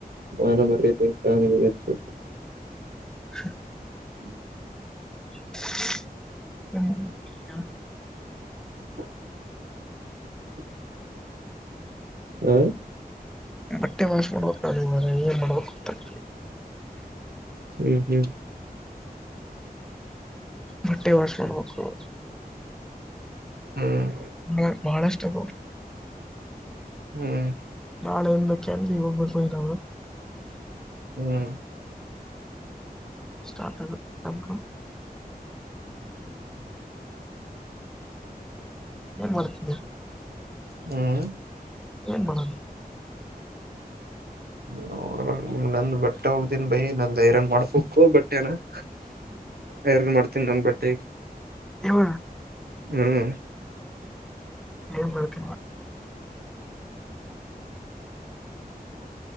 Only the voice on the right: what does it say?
ವನ ಮರ್ಯದೆ <inaudible>
ಹ್ಮ
<inaudible> ಹ
ಹ್ಮ್ ಹ್ಮ್
ಹ್ಮ್
ಹ್ಮ್
ಹ್ಮ್
ಹ್ಮ್
ನೋ ನಂದ್ ಬಟ್ಟೆ ಹೋಗ್ದನ್ ಬೈ ನಂದ ಐರನ್ ಮಾಡ್ಬೇಕು ಬಟ್ ಬಟ್ಟ ಯಾರ್ ಮಾಡ್ತೀನಿ ನನ್ ಬಟ್ಟೆ
ಹ್ಮ್್ಮ